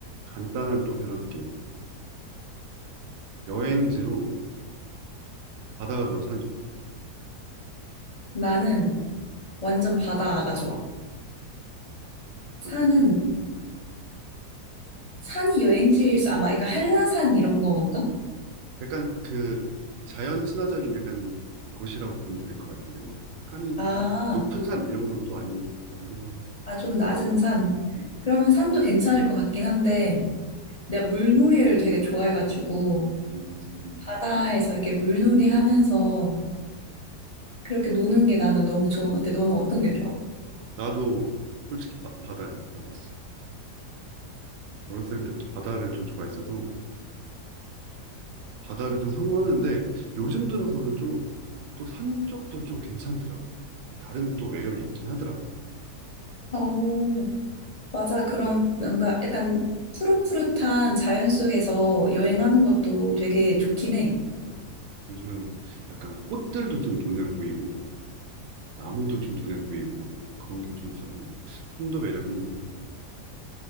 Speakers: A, on the right; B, on the left.
A: 간단한 또 밸런스 게임. 여행지로 바다가 좋아, 산이 좋아?
B: 나는 완전 바다가 좋아.
A: 어떤
B: 산은,
A: 점인가? 음, 음.
B: 산이 여행지에서 아마 약간 한라산 이런 건가?
A: 약간 그 자연 친화적인 약간 곳이라고 보면 될 것 같은데, 뭐 산이
B: 아,
A: 막 높은 산 이런 건 또 아니라고 생각하면 될 것
B: 아, 좀
A: 같아요.
B: 낮은 산.
A: 음, 음.
B: 그러면 산도 괜찮을 것 같긴 한데, 내가 물놀이를 되게 좋아해가지고,
A: 음,
B: 바다에서 이렇게 물놀이 하면서 그렇게 노는 게 나는 너무 좋은 것 같아. 너는 어떤 게 좋아?
A: 나도 솔직히 바, 바다야, 바다. 어렸을 때 바다를 좀 좋아했어서 바다를 좀 선호하는데 요즘 들어서는 좀 또 산 쪽도 좀 괜찮더라고. 다른 또 매력이 있긴 하더라고.
B: 어, 맞아. 그런 뭔가 약간 푸릇푸릇한 자연 속에서 여행하는 것도 되게 좋긴 해.
A: 어, 요즘은 약간 꽃들도 좀 눈에 보이고 나무도 좀 눈에 보이고 그런 게 좀 있어서 산도 매력이 있는. 것 같아.